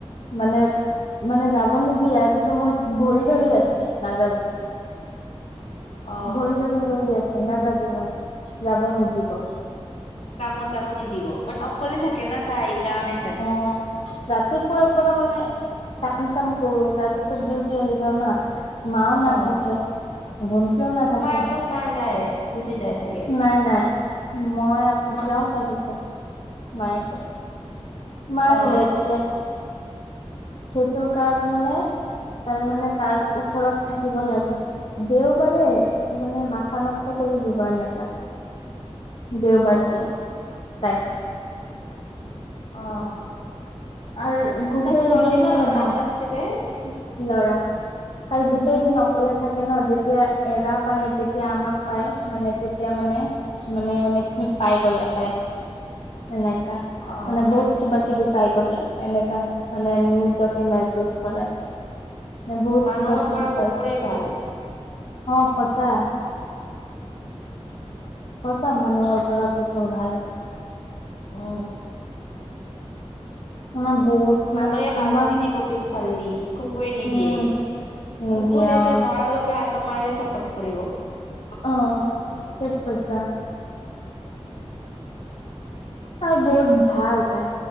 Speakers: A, on the left; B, on the left.
A: মানে মানে যাব নিদিয়ে আজিটো মোৰ ভৰি ধৰি আছে নাযাবি।
B: অ
A: ভৰি ধৰি বঢ়ি আছে। ছে নাযাবি মানে যাব নিদিব।
B: কামত যাব নিদিব মানে অকলে থাকে না তাই এই কাৰণে
A: অ। ৰাতিপুৱাৰ পৰা মানে কাম-চাম কৰো তাৰপিছত ডিউটি আহি যাও না। মাও নাথাকে,
B: অ
A: ভণ্টিও নাথাকে
B: তোমাৰ আগত মা যায় গুচি যায় চাগে?
A: নাই নাই মই আগত
B: তোমাৰ
A: যাওঁ তাৰপিছত মায়ে যায়। মা
B: অ
A: লেটকে আহে। সেইটোৰ কাৰণে মানে তাৰমানে তাৰ ওচৰত থাকিব লাগে। দেওবাৰে মানে মাথা নষ্ট কৰি দিব এনেকা। দেওবাৰ
B: অ
A: দি তাই।
B: অ।
A: আৰু গোটেই
B: তাই ছোৱালী
A: দিন
B: নে
A: মানে
B: ল'ৰা
A: বাক
B: আছিলে
A: ল'ৰা আৰু গোটেই দিন অকলে থাকে ন যেতিয়া এৰা পায় যেতিয়া আমাক পায় মানে তেতিয়া মানে মানে মানে কি পাই গ'লে এ তাই সেনেকা।
B: অ
A: মানে বহুত কিবা কিবি পাই গ'লে এনেকা মানে নিজকে মেজুজ কৰে। মানে বহুত
B: মানুহৰ
A: কিবা কিবি
B: পৰা
A: পাই
B: কুকুৰে ভাল
A: অ সঁচা। সঁচা মানুহৰ পৰা কুকুৰ ভাল।
B: অ।
A: আমাক বহুত
B: মানুহে
A: মানে
B: বাজ
A: ইমান
B: দি দিব পিছ ফালদি কুকুৰে নিদিয়ে
A: উম নিদিয়া
B: কুকুৰ দেটা
A: অ
B: মৰা লৈকে আত তোমাৰে চাপৰ্ট কৰিব।
A: অ ঠিক কৈছা। তাই বহুত ভাল তাই,